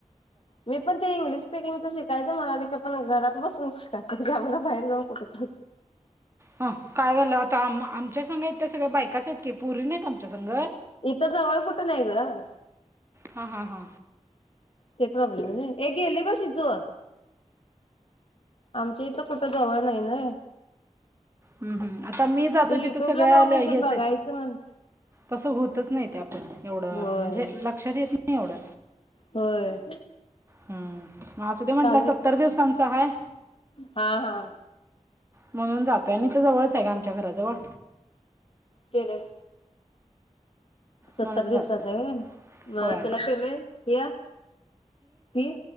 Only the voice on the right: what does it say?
हा काय झाल आता आम आमच्या संगयेत त्या सगळ्या बायकाचयेत की पुरी नईत आमच्या संग
हां हां हां
हम्म हम् आता मी जातोय तिथं
सगळ्या
ल्या हेच
आईत
तसं हुतच नई ते आप एवढं
म्हणजे लक्षात येत ना ई एवढं
हम् म असूदे म्हणला
सत्तर दिवसांच हाय
म्हणून जातोय नहितर जवळच हाय गं आमच्या घराजवळ
म्हणून
जातो
होय